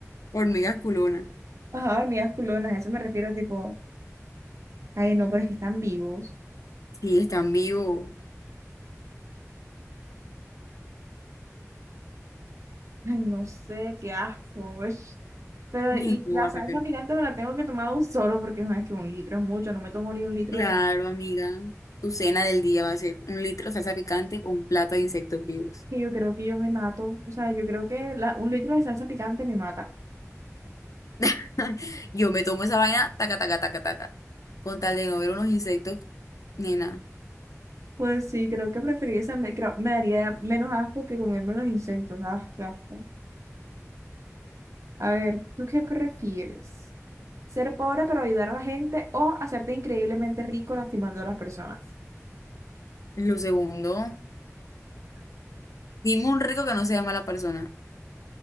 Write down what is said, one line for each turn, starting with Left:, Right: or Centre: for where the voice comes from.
Left: Hormiga culona.
Right: Ajá, hormigas culonas, a eso me refiero, tipo, ay, no, pero es que están vivos.
Left: Sí, están vivos.
Right: Ay, no sé, qué asco. ush. Pero,
Left: Ay,
Right: y
Left: no,
Right: la
Left: guácatelo.
Right: salsa picante me la tengo que tomar un solo, porque no, es que un litro es mucho, no me tomo ni un litro
Left: Claro,
Right: de.
Left: amiga. Tu cena del día va a ser un litro de salsa picante o un plato de insectos vivos.
Right: Y yo creo que yo me mato, o sea, yo creo que la- un litro de salsa picante me mata.
Left: <laughs> Yo me tomo esa vaina, taca, taca, taca, taca. Con tal de no ver unos insectos, nena.
Right: Pues sí, creo que preferiría esa, me, creo- me daría menos asco que comerme los insectos, ah, qué asco. A ver, ¿tú qué prefieres? ¿Ser pobre pero ayudar a la gente o hacerte increíblemente rico lastimando a las personas?
Left: Lo segundo, dime un rico que no sea mala persona.